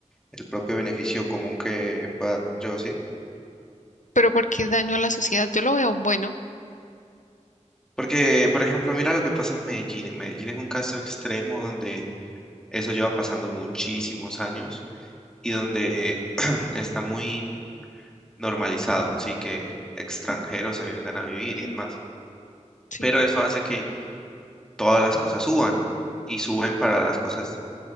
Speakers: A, in the centre; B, on the left.
A: el propio beneficio común que pueda yo, ¿sí?
B: Pero porque es daño a la sociedad, yo lo veo bueno.
A: Porque, por ejemplo, mira lo que pasa en Medellín. En Medellín es un caso extremo donde eso lleva pasando muchísimos años y donde <clears throat> está muy normalizado, sí, que extranjeros se vengan a vivir y
B: Ujú.
A: demás.
B: Sí,
A: Pero eso hace que todas las cosas suban y suben para las cosas